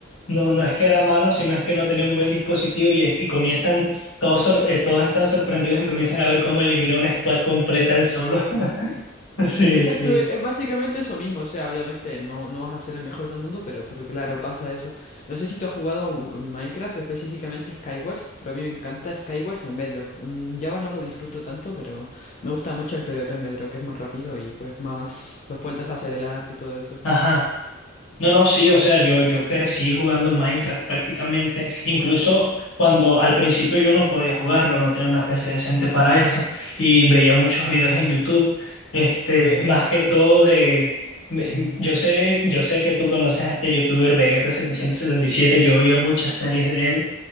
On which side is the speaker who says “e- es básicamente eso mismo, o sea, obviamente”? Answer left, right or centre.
Left